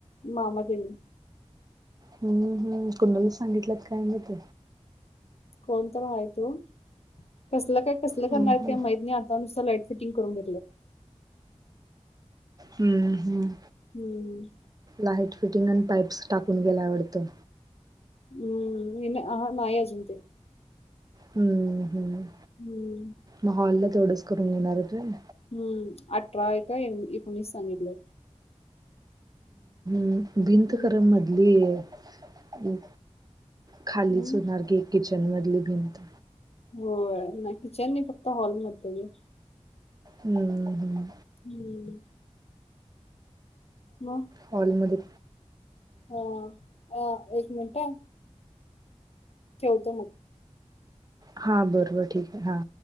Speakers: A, on the left (about 60°); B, on the right (about 35°).
A: मामा तेनी.
B: हम्म हम्म कुंडली सांगितल्यात काय माहित
A: कोणतर हाय तो कसलं. काय कसलं
B: हम्म
A: करणार काही
B: हम्म
A: माहीत नाही आता नुसत लाईट फिटिंग करून घेतलं.
B: हम्म हम्म
A: हम्म.
B: हाट फिटिंग अ पाइप्स टाकून घ्यायला आवडतं
A: हम्म अ नाही अजून ते.
B: हम्म. हम्म
A: हम्म
B: महोलत. तेवढंच करून घेणारेत व्हय.
A: हम्म अठरा आहे काय एकोणीस सांगितलंय.
B: हम. भीत
A: हम्म
B: कर मधली. हम्. खालीच
A: हम्म
B: होणार की घी जन्मली भिनंत
A: होय नाई किचन नाही फक्त हॉलमध्येग.
B: हम्म हम्
A: हम्म. म.
B: हॉल मध्ये.
A: हा अ एक मिनट. टेवतो मग.
B: हा बरोबर ठीक आहे हा.